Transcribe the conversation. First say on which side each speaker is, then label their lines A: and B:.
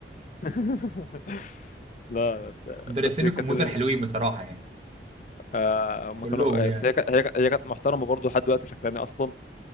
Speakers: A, on the left (about 45°); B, on the right (about 35°).
A: <laughs> لا بس
B: <laughs> مدرسين
A: بس كانت
B: الكمبيوتر
A: ال...
B: حلوين بصراحه يعني
A: آه، هم
B: كلهم
A: كانوا
B: يعني
A: بس هي كانت هي كانت- هي كانت محترمة برضو لحد دلوقتي فاكراني اصلا